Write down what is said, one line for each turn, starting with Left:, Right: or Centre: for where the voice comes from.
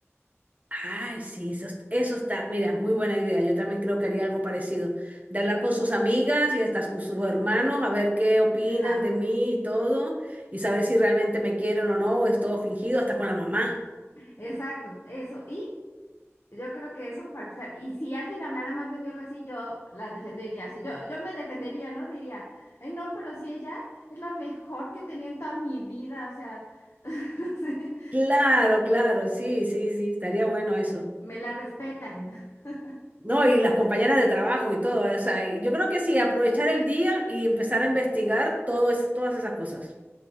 Right: Ay, sí, eso, est- eso está, mira, muy buena idea. Yo también creo que haría algo parecido, de hablar con sus amigas y hasta con sus hermanos, a ver qué opinan
Left: Ajá,
Right: de mí y todo, y saber si realmente me quieren o no, o es todo fingido, hasta con la mamá.
Left: exacto, eso. Y yo creo que eso para empezar. Y si alguien hablara mal de mí o algo así, yo la defendería. O sea, yo, yo me defendería, ¿no? Diría, ay, no, pero si ella es la mejor que tenía en toda mi vida, o sea, <laughs> no sé.
Right: Claro, claro, sí, sí, sí, estaría bueno eso.
Left: me la respetan. <laughs>
Right: No, y las compañeras de trabajo y todo, o sea, y yo creo que sí, aprovechar el día y empezar a investigar todo es- todas esas cosas.